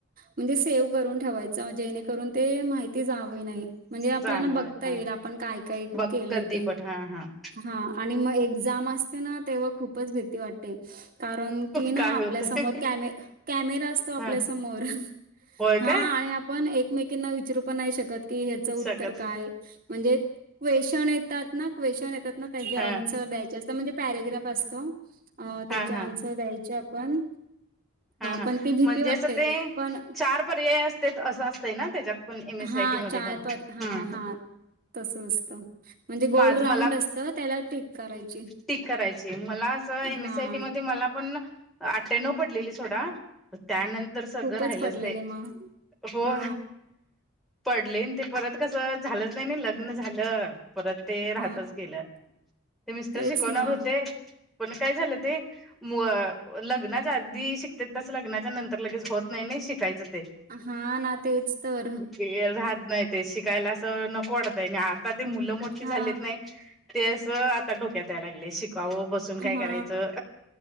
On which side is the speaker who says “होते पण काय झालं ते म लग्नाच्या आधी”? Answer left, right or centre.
Centre